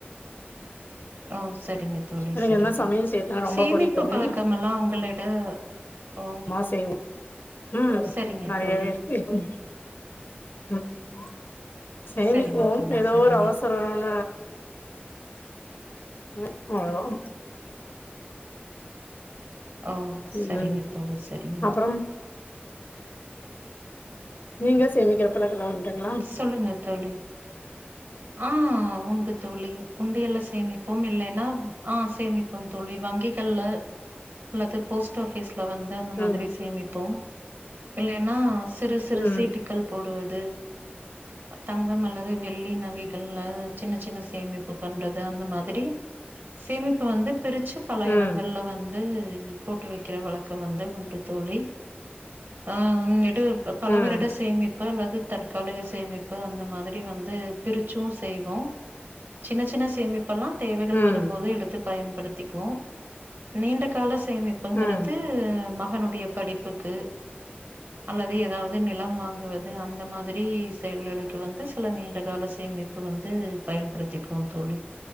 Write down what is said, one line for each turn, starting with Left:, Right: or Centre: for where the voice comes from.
Right: ஓ சரிங்க தோழி
Left: எனக்கு
Right: சரிங்க
Left: இந்த மாரி சமையல் செய்யறதுனா ரொம்ப
Right: சேமிப்பு
Left: புடிக்கு
Right: பழக்கம்மெல்லா உங்களிட ஓ
Left: மா செய்வோ ம்
Right: சரிங்க
Left: நறயாவே
Right: தோழி
Left: இருக்கு <unintelligible> ம் ம் சேமிக்குவோ
Right: சரிங்க தோழி
Left: ஏதோ
Right: சரிங்க
Left: ஒரு அவசர மான ம் அவ்ளோதா ம்
Right: ஓ
Left: ம்
Right: சரிங்க தோழி சரிங்க
Left: அப்புறம் நீங்க சேமிக்கிற பழக்கல்லா உண்டுங்ளா
Right: சொல்லுங்க தோழி ஆ உண்டு தோழி உண்டியல்ல சேமிப்போ இல்லைன்னா ஆ சேமிப்போ போ தோழி வங்கிகள்ல அல்லது போஸ்ட் ஆபிஸ்ல வந்து அந்த மாதிரி
Left: ம்
Right: சேமிப்போ இல்லைன்னா சிறு சிறு
Left: ம்
Right: சீட்டு மக்கள் போடுவது தங்கம் அல்லது வெள்ளி நகைகள்ல சின்ன சின்ன சேமிப்பு பண்றது அந்த மாதிரி சேமிப்பு வந்து பிரிச்சு பல
Left: ம்
Right: எடங்கள்ல வந் து போட்டு வைக்குற வழக்கம் வந்து உண்டு தோழி ஆ உன்னிடு பல
Left: ம்
Right: வருட சேமிப்பு அல்லது தற்காலிக சேமிப்பு அந்த மாதிரி வந் து பிரிச்சு செய்வோ சின்ன சின்ன சேமிப்பெல்லா தேவைகள்
Left: ம்
Right: வரும்போது எடுத்து பயன்படுத்திக்கு நீண்ட கால சேமிப்புங்கிறது
Left: ம்
Right: மகனுடைய படிப்புக்கு அல்லது ஏதாவது நிலம் வாங்குவது அந்த மாதிரி செயல்களுக்கு வந்து சில நீண்ட கால சேமிப்பு வந்து பயன்படுத்திக்கு தோழி